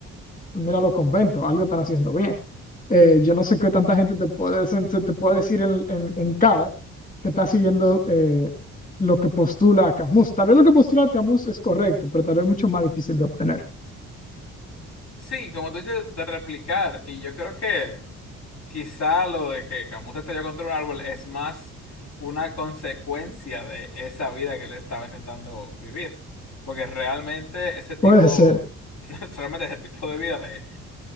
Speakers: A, on the left (about 25°); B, on the left (about 60°).
A: mira los conventos, algo están haciendo bien. Eh, yo no sé qué tanta gente te puede, se- se te puede decir en, en- en cara que está siguiendo eh, lo que postula Camus. Tal vez lo que postula Camus es correcto, pero tal vez mucho más difícil de obtener.
B: Sí, como tú dices, de replicar, y yo creo que quizá lo de que Camus se estrelló contra un árbol es más una consecuencia de esa vida que él estaba intentando vivir. Porque realmente ese tipo,
A: Puede ser.
B: <laughs> realmente ese tipo de vida de